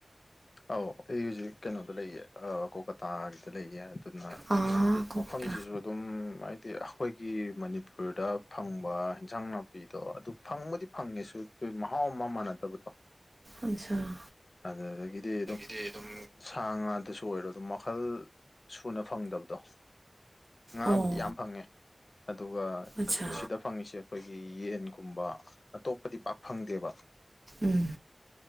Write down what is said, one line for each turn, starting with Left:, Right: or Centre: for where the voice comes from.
Left: ꯑꯧ ꯑꯩ ꯍꯧꯖꯤꯛ ꯀꯩꯅꯣꯗ ꯂꯩꯌꯦ ꯑ ꯀꯣꯜꯀꯇꯥꯒꯤꯗ ꯂꯩꯌꯦ ꯑꯗꯨꯅ
Right: ꯑꯥ
Left: ꯗꯤ
Right: ꯀꯧꯕꯇꯥ
Left: ꯃꯐꯝꯁꯤꯁꯨ ꯑꯗꯨꯝ ꯍꯥꯏꯗꯤ ꯑꯩꯈꯣꯏꯒꯤ ꯃꯅꯤꯄꯨꯔꯗ ꯐꯪꯕ ꯏꯟꯖꯥꯡ ꯅꯥꯄꯤꯗꯣ ꯑꯗꯨ ꯐꯪꯕꯨꯗꯤ ꯐꯪꯉꯦꯁꯨ ꯑꯗꯨ ꯃꯍꯥꯎ ꯑꯃ ꯃꯥꯟꯅꯗꯕꯗꯣ
Right: ꯑꯆꯥꯥ
Left: ꯑꯗꯨꯗꯒꯤꯗꯤ
Right: ꯒꯤꯗꯤ ꯑꯗꯨꯝ
Left: ꯁꯥ ꯉꯥꯗꯁꯨ ꯑꯣꯏꯔꯣ ꯑꯗꯨꯝ ꯃꯈꯜ ꯁꯨꯅ ꯐꯪꯗꯕꯗꯣ ꯉꯥꯕꯨꯗꯤ
Right: ꯑꯣ
Left: ꯌꯥꯝ ꯐꯪꯉꯦ ꯑꯗꯨꯒ
Right: ꯑꯆꯥ
Left: ꯁꯤꯗ ꯐꯪꯉꯤꯁꯦ ꯑꯩꯈꯣꯏꯒꯤ ꯌꯦꯟꯒꯨꯝꯕ ꯑꯇꯣꯞꯄꯗꯤ ꯄꯥꯛ ꯐꯪꯗꯦꯕ
Right: ꯎꯝ